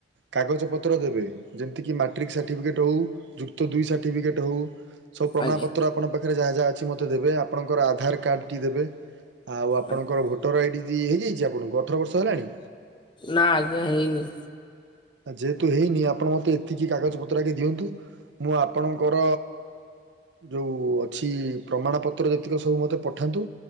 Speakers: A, on the right; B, on the left.
A: କାଗଜପତ୍ର ଦେବେ ଯେମିତିକି ମାଟ୍ରିକ୍ ସାର୍ଟିଫିକେଟ୍ ହେଉ ଯୁକ୍ତ ଦୁଇ ସାର୍ଟିଫିକେଟ୍ ହେଉ। ସବୁ ପ୍ରମାଣ
B: ଆଜ୍ଞା
A: ପତ୍ର ଆପଣଙ୍କ ପାଖରେ ଯାହା ଯାହା ଅଛି ମତେ ଦେବେ ଆପଣଙ୍କର ଆଧାର କାର୍ଡ ଟି ଦେବେ। ଆଉ ଆପଣଙ୍କର
B: ଆଜ୍ଞା।
A: ଭୋଟର ଆଇଡି <unintelligible> ହେଇଯାଇଛି ଆପଣଙ୍କୁ ଅଠର ବର୍ଷ ହେଲାଣି?
B: ନା ଆଜ୍ଞା ହେଇନି।
A: ଯେହେତୁ ହେଇନି ଆପଣ ମତେ ଏତିକି କାଗଜ ପତ୍ର ଆଗେ ଦିଅନ୍ତୁ। ମୁଁ ଆପଣଙ୍କର ଯୋଉ ଅଛି ପ୍ରମାଣ ପତ୍ର ଯେତିକ ସବୁ ମତେ ପଠାନ୍ତୁ।